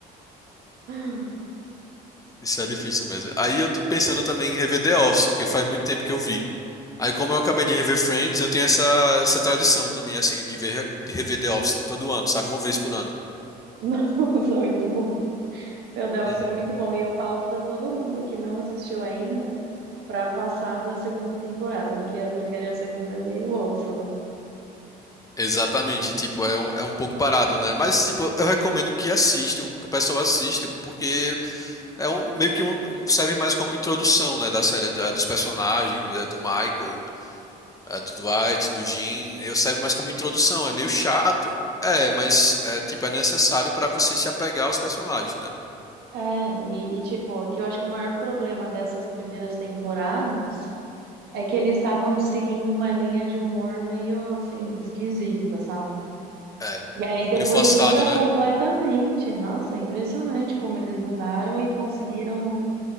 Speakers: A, on the right; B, on the left.
A: <laughs>
B: Isso é difícil mesmo. Aí eu tô pensando também em rever The Office, porque faz muito tempo que eu vi. Aí, como eu acabei de rever Friends, eu tenho essa, essa tradição também, assim, de ver, de rever The Office todo ano, sabe? Uma vez por ano.
A: Nossa, muito bom. Meu Deus,
B: Uhum.
A: isso é muito bom. E eu falo pra todo mundo que não assistiu ainda pra passar da segunda temporada, porque a primeira e a segunda é meio osso, né?
B: Exatamente, tipo, é um, é um pouco parado, né? Mas, tipo, eu recomendo que assista, que o pessoal assista, porque é um, meio que um, serve mais como introdução, né, da série, da- dos personagens, da- do Michael. A do Dwight, do Jim, eu serve mais como introdução, é meio chato. É, mas é tipo é necessário pra você se apegar aos personagens, né?
A: É, e, e tipo, aqui eu acho que o maior problema dessas primeiras temporadas. É que eles estavam seguindo uma linha de humor meio assim, esquisita, sabe?
B: É.
A: E aí depois
B: Meio forçado,
A: muda
B: né?
A: completamente. Nossa, é impressionante como eles mudaram e conseguiram